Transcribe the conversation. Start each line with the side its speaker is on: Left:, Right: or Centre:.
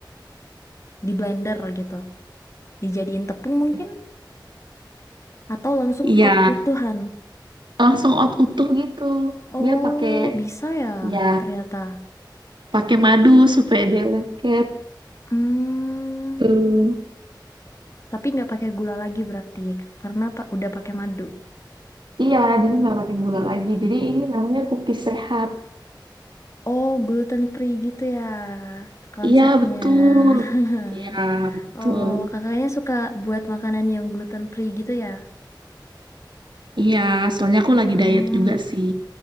Left: di blender gitu. Dijadiin tepung mungkin? Atau langsung
Right: Iya,
Left: oat utuhan?
Right: langsung out utuh gitu.
Left: Oh,
Right: Dia pakai
Left: bisa ya
Right: ya
Left: ternyata.
Right: pakai madu supaya dia lengket
Left: Hmm,
Right: tuh.
Left: tapi nggak pakai gula lagi berarti, karena pa- udah pakai madu.
Right: Iya, jadi nggak pakai gula
Left: Mm-mm.
Right: lagi. Jadi ini namanya cookies sehat.
Left: Oh, gluten free gitu ya konsepnya.
Right: Iya, betul.
Left: <laughs>
Right: Iya, betul.
Left: Oh, kakaknya suka buat makanan yang gluten free gitu ya?
Right: Iya, soalnya aku
Left: Hmm,
Right: lagi diet juga sih.